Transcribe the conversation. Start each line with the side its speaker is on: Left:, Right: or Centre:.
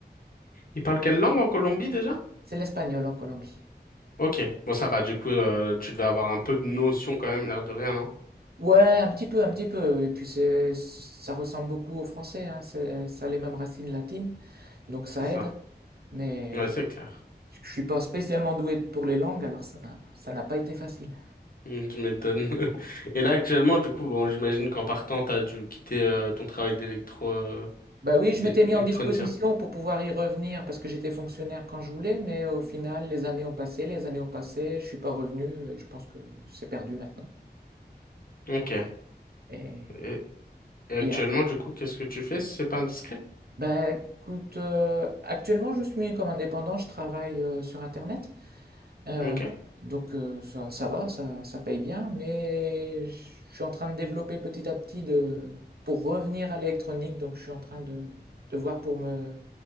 Left: Ils parlent quelle langue en Colombie déjà?
Right: C'est l'espagnol en Colombie.
Left: Ok, bon ça va, du coup euh, tu devais avoir un peu de notion quand même, l'air de rien, non?
Right: Ouais, un petit peu, un petit peu. Et puis, c'est, ça ressemble beaucoup au français, hein, c'est- ça a les mêmes racines latines. donc ça
Left: C'est ça.
Right: aide. Mais
Left: Ouais,
Right: bon,
Left: c'est clair. <laughs>
Right: je suis pas spécialement doué pour les langues, alors ça, n'a- ça n'a pas été facile.
Left: Hum, Tu m'étonnes. <laughs> Et là actuellement, du coup, bon, j'imagine qu'en partant, t'as dû quitter euh, ton travail d'électro euh,
Right: Bah oui, je
Left: é-
Right: m'étais mis
Left: électronicien.
Right: en disposition pour pouvoir y revenir parce que j'étais fonctionnaire quand je voulais, mais au final, les années ont passé, les années ont passé, je suis pas revenu et je pense que c'est perdu maintenant.
Left: Ok.
Right: Et,
Left: Et, et actuellement,
Right: et après.
Left: du coup, qu'est-ce que tu fais si c'est pas indiscret?
Right: Bah écoute, euh, actuellement, je suis comme indépendant, je travaille euh, sur Internet. Euh,
Left: Ok.
Right: donc euh, ça, ça va, ça, ça paye bien, mais je suis en train de développer petit à petit de, pour revenir à l'électronique. Donc je suis en train de, de voir pour me,